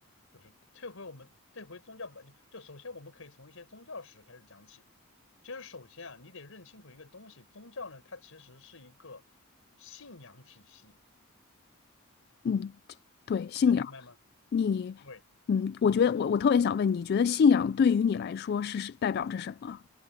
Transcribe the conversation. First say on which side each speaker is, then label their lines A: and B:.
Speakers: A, on the left; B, on the left.
A: 就是退回我们退回宗教本就就首先我们可以从一些宗教史开始讲起。其实首先啊，你得认清楚一个东西，宗教呢它其实是一个信仰体系，
B: 嗯，对，信仰，
A: 你能明白吗？
B: 你，
A: 对。
B: 嗯，我觉得我我特别想问，你觉得信仰对于你来说是是代表着什么？